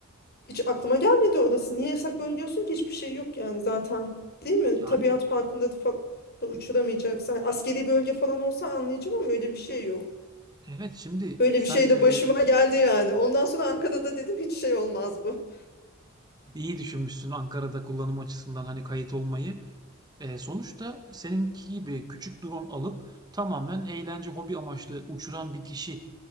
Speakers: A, on the left (about 50°); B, on the right (about 20°).
A: Hiç aklıma gelmedi orası. Niye yasak bölge olsun ki? Hiçbir şey yok yani zaten. Değil mi?
B: yani
A: Tabiat parkında da falan da uçuramayacaksın. Hani askeri bölge falan olsa anlayacağım ama öyle bir şey yok.
B: evet şimdi
A: Böyle
B: sen
A: bir şey de
B: e,
A: başıma geldi yani. Ondan sonra Ankara'da dedim hiç şey olmaz bu.
B: iyi düşünmüşsün Ankara'da kullanım açısından hani kayıt olmayı. E, sonuçta seninki gibi küçük drone alıp tamamen eğlence hobi amaçlı uçuran bir kişi